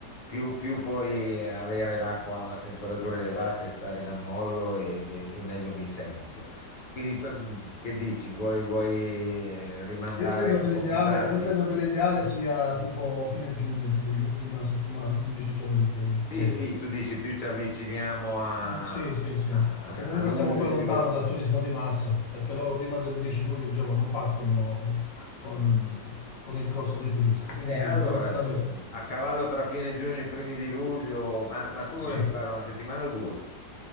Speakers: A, on the left (about 40°); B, on the left (about 60°).
A: più, più puoi avere l'acqua a una temperatura elevata e stare in ammollo e, e- e meglio mi sento. Quindi per- che dici? Vuoi, vuoi eh, rimandare
B: Io credo
A: un
B: che
A: po'
B: l'ideale,
A: più tardi?
B: io credo che l'ideale sia tipo fine giugno, tipo gli ultimi settimana, gli ultimi dieci giorni di giugno,
A: Sì,
B: credo.
A: sì, tu dici più ci avviciniamo a,
B: Mm, sì,
A: a-
B: sì, sì, perché
A: a
B: comunque
A: luglio,
B: stiamo poi lontano
A: più è facile.
B: dal turismo di massa, perché loro prima del 10 luglio, diciamo, non partono con, con il grosso dei turisti, quindi
A: Eh, allora
B: dovremmo stare,
A: sì, a cavallo tra fine giugno e i primi di luglio, ma, ma tu
B: sì,
A: volevi fare una settimana o due?